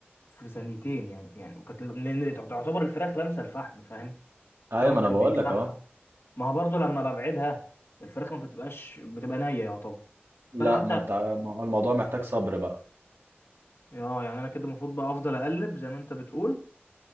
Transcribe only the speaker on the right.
ايوه
ما
انا بقول
لك اه
لا
ما
انت ما هو الموضوع محتاج صبر بقى